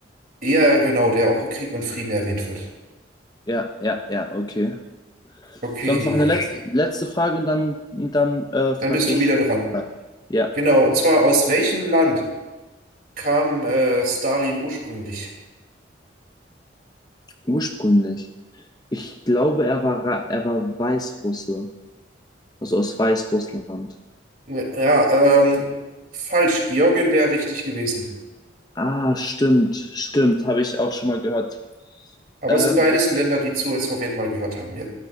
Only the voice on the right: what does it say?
ja, genau, der auch in Krieg und Frieden erwähnt wird.
Okay,
dann bist du
wieder dran.
Genau, und zwar aus welchem Land kam äh, Stalin ursprünglich?
Ja, ja, ähm, falsch, Georgien wäre richtig gewesen.
Aber
es sind beides
Länder, die zur Sowjet mal gehört haben, ja.